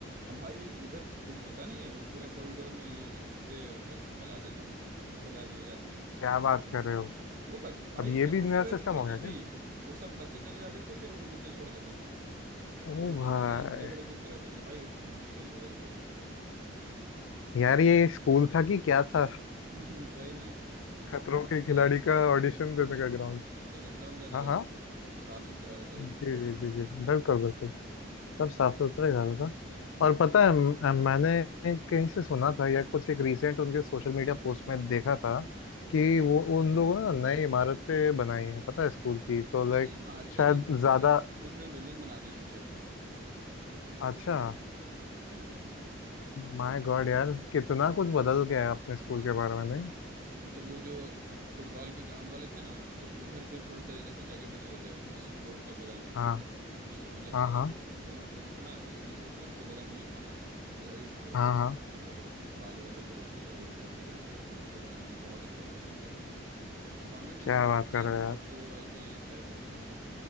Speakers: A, on the right; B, on the left.
A: अब भाई उधर तुम्हें पता नहीं है वो पूरे कॉरिडोर में ये कुत्ते ऐसे फैला देते हैं फैला दिए जाते हैं
B: क्या बात कर रहे हो
A: वो बच भाई
B: अब ये
A: जब
B: भी
A: हम
B: नया
A: लोग रहते
B: सिस्टम
A: थे ना
B: हो गया
A: तभी
B: क्या
A: वो सब बच्चे चले जाते थे फिर वो कुत्ते छोड़ देते थे
B: ओ
A: तो बहुत
B: भाई
A: खतरनाक बड़े बड़े कुत्ते रहते थे भाई वो बीगल विगल जो भी
B: यार ये स्कूल था कि क्या था
A: <laughs> वही ना
B: खतरों के
A: तो
B: खिलाड़ी
A: ये साफ
B: का
A: सुथरा
B: ऑडिशन
A: रहते
B: देने
A: थे भाई
B: का ग्राउंड
A: वैसे गंदा वंदा नहीं
B: हाँ
A: रहता
B: हाँ
A: था कुछ भी साफ सुथरा रहता
B: जी
A: था सब कुछ
B: जी जी जी बिल्कुल बिल्कुल
A: हम्म
B: सब साफ सुथरा ही रहा था
A: हाँ
B: और पता है म- मैंने कहीं से सुना था या कुछ एक रिसेंट उनके सोशल मीडिया पोस्ट में देखा था कि वो उन लोगों ने ना नई इमारतें बनाई हैं पता है स्कूल की तो लाइक
A: नहीं मारते
B: शायद
A: नहीं सकते
B: ज्यादा
A: यार थोड़ी थोड़ी बिल्डिंग बना दी है अच्छे अच्छे
B: अच्छा
A: हाँ
B: माय गॉड यार कितना कुछ बदल गया है अपने स्कूल
A: हाँ
B: के बारे में नहीं
A: मतलब वो जो अब फुटबॉल के ग्राउंड वाले थे ना तो उधर जो थोड़े से ऐसे जगह बचे हुए थे उस कोर्ट के बगल में
B: हाँ
A: पीछे मतलब
B: हाँ
A: कि दो
B: हाँ
A: दोनों पोस्ट था ना दूसरे पोस्ट के बगल में जो था ना उधर ही वो
B: हाँ
A: सब
B: हाँ
A: सब बालू वालू भर के मट्टी भर के सब ऐसे बना दी बहुत अच्छा बना है बट कॉन्वेंट
B: क्या
A: स्कूल
B: बात
A: यार
B: कर
A: तो
B: रहे हो
A: अब तो भाई कि कह सकते हैं ना कि